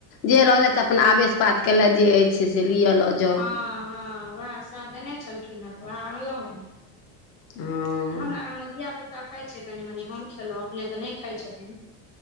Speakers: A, on the left; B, on the left.
A: जे रहलथि से अपना आवेश पात केलथि जे अछि से अपन लिअ लऽ जाउ
B: हँ हँ वएह सएह देने छलखिन हेँ वएह अनलहुँ हँ
A: हँ
B: हमरा घरमे धियापुता खााय छै कनी मनी हम खेलहुँ अपने तऽ नहि खाइत छथिन